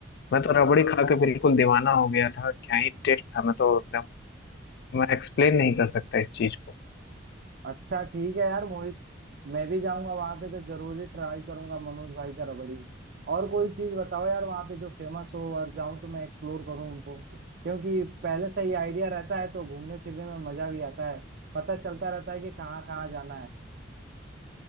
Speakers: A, on the left; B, on the right.
A: मैं तो रबड़ी खा के बिल्कुल दीवाना हो गया था क्या ही टेस्ट था मैं तो एकदम मैं एक्सप्लेन नहीं कर सकता इस चीज को
B: अच्छा ठीक है यार मोहित मैं भी जाऊंगा वहां पे तो जरूरी ट्राई करूंगा मनोज भाई का रबड़ी और कोई चीज बताओ यार वहां पे जो फेमस हो और जाऊं तो मैं एक्सप्लोर करूं उनको क्योंकि पहले से ही आइडिया रहता है तो घूमने फिरने में मजा भी आता है पता चलता रहता है कि कहाँ कहाँ जाना है